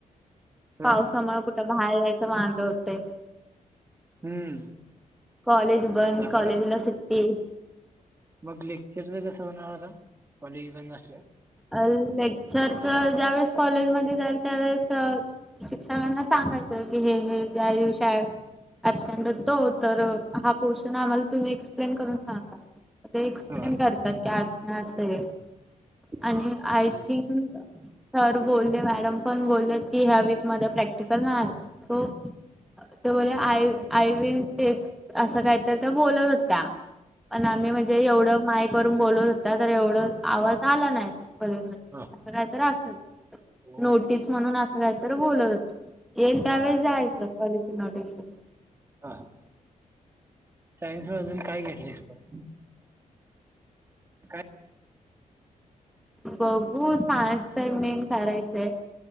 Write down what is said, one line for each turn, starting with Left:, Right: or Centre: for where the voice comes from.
Right: हा.
Centre: पावसामुळे कुठं बाहेर जायच वांद हुतंय ना?
Right: हम्म.
Centre: कॉलेज बंद
Right: चांगल
Centre: कॉलेजला सुट्टी.
Right: मग लेक्चरच कसं होणारता कॉलेज बंद असल्यावर
Centre: अ लेक्चरच ज्यावेेळेस कॉलेजमध्ये जाईल त्यावेेळेस अ शिक्षकांना सांगायचं की हे हे त्या दिवशी अब्सेंट तो तर हा पोर्शन आम्हाला तुम्ही एक्सप्लेन करून सांगाता. ते एक्सप्लेन
Right: बर
Centre: करतात की अस ना असं आहे.
Right: हा
Centre: आणि आय
Right: ठीक
Centre: थिंक सर बोलले मॅडम पण बोलले की ह्या वीक मध्ये प्रॅक्टिकल नाही. सो तर बोल आय आय विल टेक असं काय तर तर बोलत होतया. पण
Right: बर
Centre: आम्ही म्हणजे एवढं मायक वर बोलत होताया तर एवढं आवाज आला नाही. कॉलेज मध्ये
Right: हा
Centre: असं कायत असल
Right: हो
Centre: नोटीस म्हणून अस काय तर बोलत होताया. येईल त्यावेेळेस
Right: बर
Centre: जायच कॉलेज नोटिस येईल.
Right: हा सायन्स म अजून काय घेतलीस म. काय?
Centre: बघू सायस तर मेन करायचंय